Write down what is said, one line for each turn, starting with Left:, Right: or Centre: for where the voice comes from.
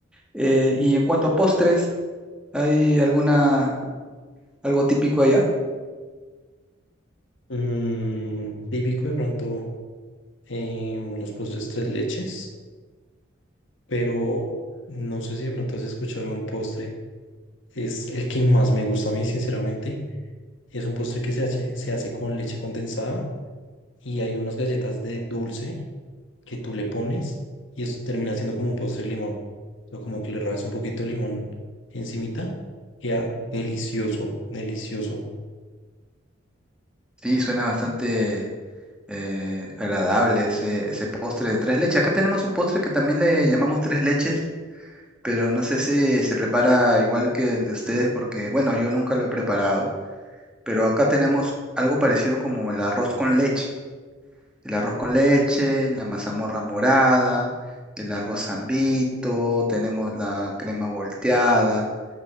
Centre: Eh, y en cuanto a postres, ¿hay alguna algo típico allá?
Left: Mm, típico de pronto em, los postres tres leches, pero no sé si de pronto has escuchado un postre. Es el que más me gusta a mí, sinceramente. Es un postre que se hace, se hace con leche condensada y hay unas galletas de dulce que tú le pones y eso termina siendo como un postre de limón. O como que le rajas un poquito de limón encimita. Queda delicioso, delicioso.
Centre: Sí, suena bastante eh, agradable ese, ese postre de tres leches. Acá tenemos un postre que también le llamamos tres leches, pero no sé si se prepara igual que el de ustedes, porque bueno, yo nunca lo he preparado, pero acá tenemos algo parecido como el arroz con leche. El arroz con leche, la mazamorra morada, el arroz zambito, tenemos la crema volteada.